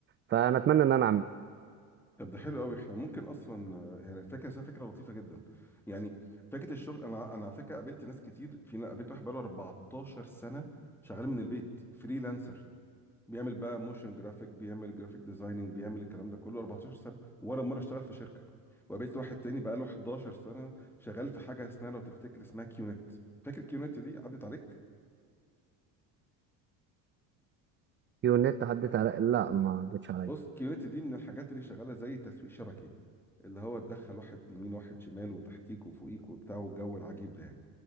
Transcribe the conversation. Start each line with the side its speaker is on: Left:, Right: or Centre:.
Right: فانا اتمنى ان انا اعمل
Centre: طب ده حلو قوي احنا ممكن اصلا آه، يعني فكره بس هي فكره لطيفه جدا يعني فكره الشغل انا انا على فكره قابلت ناس كتير في قابلت واحد بقاله 14 سنه شغال من البيت فريلانسر بيعمل بقى موشن جرافيك بيعمل جرافيك ديزايننج بيعمل الكلام ده كله 14 سنه ولا مره اشتغل في شركه وقابلت واحد تاني بقاله 11 سنه شغال في حاجه اسمها لو تفتكر اسمها كيونت فاكر كيونت دي عدت عليك
Right: النت عدت على لا ما عدتش عليا
Centre: بص كيونت دي من الحاجات اللي شغاله زي تسويق شبكي اللي هو تدخل واحد يمين واحد شمال وتحتيك وفوقيك وبتاع والجو العجيب ده يعني